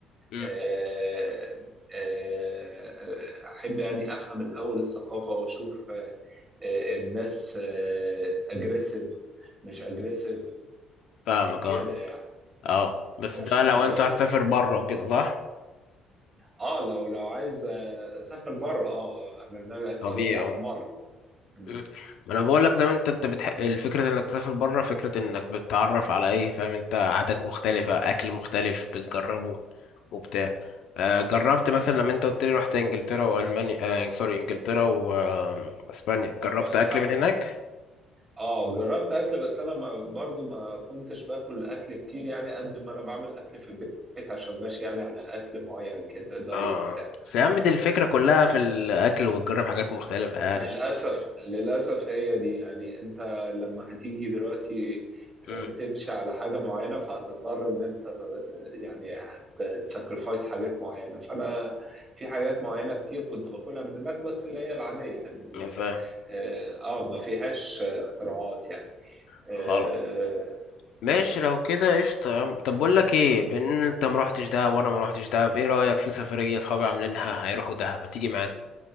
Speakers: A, on the left; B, on the right.
A: أمم،
B: آه، آه، احب يعني افهم الاول الثقافه واشوف آه، آه، الناس اجريسيف مش اجريسيف
A: فاهمك
B: كده
A: اه
B: يعني
A: اه بس
B: واشوف
A: ده لو
B: الجو
A: انت هتسافر
B: يعني
A: بره وكده صح
B: اه لو لو عايز آه، اسافر بره اه انا ده
A: طبيعي
B: قصدي على
A: اه
B: بره م-
A: مم. ما انا بقول لك ده انت انت بتح... الفكره انك تسافر بره فكره انك بتتعرف على ايه فاهم انت عادات مختلفه اكل مختلف بتجربه وبتاع آه، جربت مثلا
B: م.
A: لما انت قلت لي رحت انجلترا والمانيا آه سوري انجلترا واسبانيا جربت
B: واسبانيا
A: اكل من هناك
B: اه جربت اكل بس انا ما برضو ما كنتش باكل اكل كتير يعني قد ما انا بعمل اكل في البيت عشان ماشي يعني على اكل معين كده دايت
A: اه
B: وبتاع
A: آه. بس يا عم دي الفكره كلها في الاكل وتجرب حاجات مختلفه يعني
B: فللاسف للاسف هي دي يعني انت لما هتيجي دلوقتي آه،
A: مم.
B: تمشي على حاجه معينه فهتضطر ان انت ت- يعني هتسكرفايس حاجات معينه فانا في حاجات معينه كتير كنت باكلها من هناك بس اللي هي العاديه يعني ال-
A: فاهم
B: اه آه، ما فيهاش آه، اختراعات يعني
A: خلاص
B: آه،
A: ماشي
B: بس
A: لو كده قشطة يا عم طب بقول لك ايه بان انت ما روحتش دهب وانا ما روحتش دهب ايه رأيك في سفرية اصحابي عاملينها هيروحوا دهب ما تيجي معانا